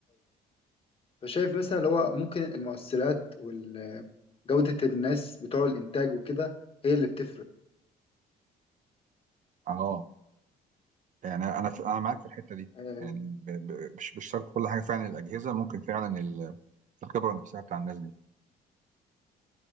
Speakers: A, on the left; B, on the right.
A: فشايف مثلا اللي هو ممكن المؤثرات وجودة الناس بتوع الإنتاج وكده هي اللي بتفرق
B: اه يعني انا انا معاك في الحته دي
A: آه،
B: يعني ب- ب- مش مش شرط كل حاجه فعلا الاجهزه ممكن فعلا ال- الخبره نفسها بتاع الناس دي